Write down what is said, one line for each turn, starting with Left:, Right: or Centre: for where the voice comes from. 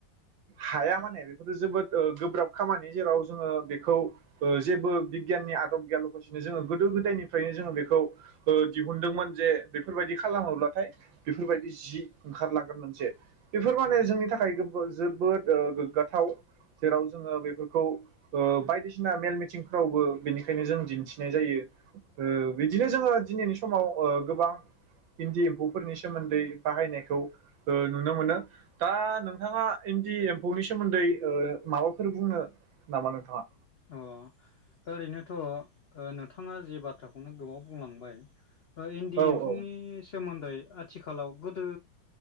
Right: हाया माने बेफोरो जोबोद ओ गोब्राब खामानि जेराव जोङो बेखौ ओ जेबो बिगियाननि आदब गैयालखासिनो जोङो गोदो गोदायनिफ्रायनो जोङो बेखौ ओ दिहुनदोंमोन जे बेफोरबायदि खालामोब्लाथाय बेफोरबायदि जि ओंखारलांगोन मोनसे। बेफोर माने जोंनि थाखाय जोबोर- जोबोद गोग्गाथाव जेराव जोङो बेफोरखौ ओ बायदिसिना मेल मिथिं रावबो बेनिखायनो जों दिन्थिनाय जायो। ओ बिदिनो जोङो दिनैनि समाव ओ गोबां इन्दि एम्फौफोरनि सोमोन्दै बाहायनायखौ ओ नुनो मोनो। दा नोंथाङा इन्दि एम्फौनि सोमोन्दै ओ माबाफोर बुंनो नामा नोंथाङा?
Left: अह ओरैनोथ' नोंथाङा जि बाथ्राखौनो गोबाव बुंलांबाय ओ इन्दि
Right: औ
Left: एम्फौनि
Right: औ
Left: सोमोन्दै आथिखालाव गोदो